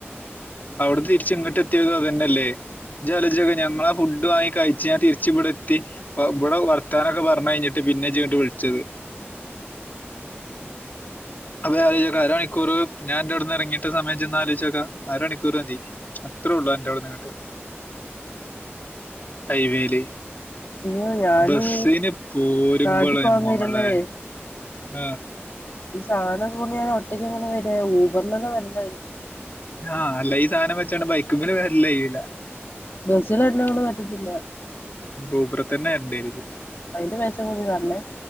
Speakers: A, on the left; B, on the left.
A: അവിടെ തിരിച്ച ഇങ്ങോട്ട് <unintelligible> അതന്നെയല്ലേ ജലജയിടെ ഞങ്ങള ഫുഡ് വാങ്ങി കഴിച്ചു ഞാൻ തിരിച്ച ഇവിടെ എത്തി ഇവിടെ വർത്താനൊക്കെ പറഞ്ഞ കഴിഞ്ഞിട്ട് പിന്നെ ജിട്ടു വിളിച്ചത് അതെ ആലോചു നോക്ക അരമണിക്കൂർ ഞാൻന്റെ അവിടുന്ന് ഇറങ്ങിട്ട് സമയം ചെന്ന് ആലോചക്ക അരമണിക്കൂർ മതി ഇത്രേ ഉള്ളൂ എന്റെ അവിടെ നിങ്ങട്ടെ ഹൈവേയില്
B: അയ്യോ ഞാന്
A: ബസിന് പോരുമ്പോളെ
B: നാട്ടിൽ പോകാൻ
A: മോളെ
B: വരുമ്പഴേ
A: ആ
B: ഈ സാധനമൊക്കെ കൊണ്ട് ഞാൻ ഒറ്റക്ക് എങ്ങനെ വരിക ഊബറിനെങ്ങാണും വരേണ്ട വരൂം
A: ആ അല്ല ഈ സാധനം വച്ചോണ്ട് ബൈക്കുമ്പ വരല്ലേ ഇയിട
B: ബസ്സിൽ വരുന്നതു എന്നെക്കൊണ്ട് പറ്റത്തില്ല
A: ഊബർതന്ന തന്നെ
B: അതിന്റെ പൈസ കൂടി തരണേ